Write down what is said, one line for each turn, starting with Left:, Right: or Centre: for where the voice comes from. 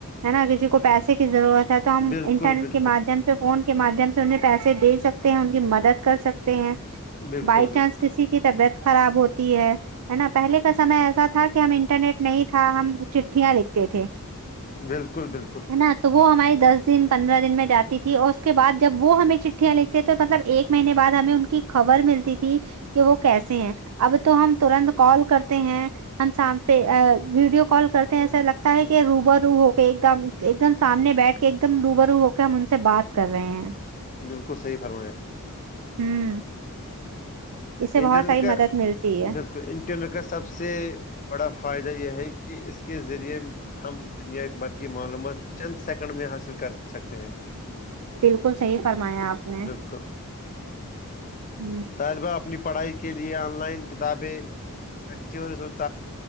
Right: ہے نا کسی کو پیسے کی ضرورت ہے تو ہم
Left: بالکل
Right: انٹرنیٹ
Left: بالکل
Right: کے مادھیم سے فون کے مادھیم سے انہیں پیسے دے سکتے ہیں ان کی مدد کر سکتے ہیں
Left: بالکل
Right: بائی
Left: بالکل
Right: چانس کسی کی طبیعت خراب ہوتی ہے ہے نا پہلے کا سمے ایسا تھا کہ ہم انٹرنیٹ نہیں تھا ہم چٹھیاں لکھتے تھے
Left: بالکل بالکل
Right: ہے نا تو وہ ہماراری دس دن پندرہ دن میں جاتی تھی اور اس کے بع جب وہ ہمیں چٹھیاں لکھتے تھ تو مطلب ایک مہینے بعد ہمیں ان کی خبر ملتی تھی کہ وہ کیسے ہیں اب تو ہم ترنت کال کرتے ہیں ہم سام سے ویڈیو کال کرتے ہیں ایسا لگتا ہے کہ روبا رو ہو کے ایک دم ایک دم سامنے بیٹھ ایک دم روبرو ہو کے ہم ان سے بات کر رہے ہیں
Left: بالکل صحیح فرمایا
Right: ہوں <unintelligible> اس سے بہت
Left: انٹرنیٹ
Right: ساری
Left: کا
Right: مدد ملتی ہے
Left: بالکل <unintelligible> تو انٹرنیٹ کا سب سے بڑا فائدہ یہ ہے کہ اس کے ذریعے ہم دنیا ایک برقی معلومات چند سیکنڈ میں حاصل کر سکتے ہیں
Right: بالکل صحیح فرمایا آپ نے
Left: بالکل
Right: ہ
Left: طلبہ اپنی پڑھائی کے لیے آن لائن کتابیں <unintelligible> لیکچرع